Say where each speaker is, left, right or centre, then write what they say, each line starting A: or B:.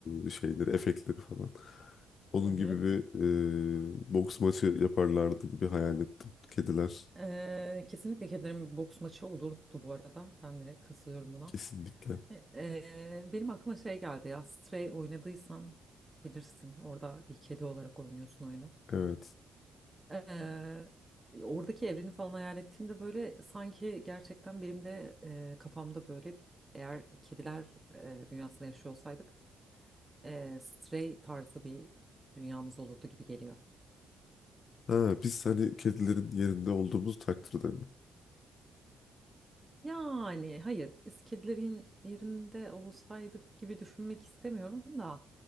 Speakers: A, on the left; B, on the right.
A: e, şeyleri efektleri falan. Onun
B: evet.
A: gibi bir e, boks maçı yaparlardı gibi hayal ettim. Kediler
B: Ee, kesinlikle kedilerin bir boks maçı olurdu bu arada. Ben de katılıyorum buna.
A: kesinlikle.
B: Ee, benim aklıma şey geldi ya. Stray oynadıysan bilirsin. Orada bir kedi olarak oynuyorsun oyunu.
A: Evet.
B: Eee, e, oradaki evreni falan hayal ettiğimde böyle sanki gerçekten benim de eee, kafamda böyle eğer kediler eee, dünyasında yaşıyor olsaydık eee, Stray tarzı bir dünyamız olurdu gibi geliyor.
A: Ha, biz hani kedilerin yerinde olduğumuz takdirde mi?
B: Yani hayır biz kedilerin yerinde olsaydık gibi düşünmek istemiyorum da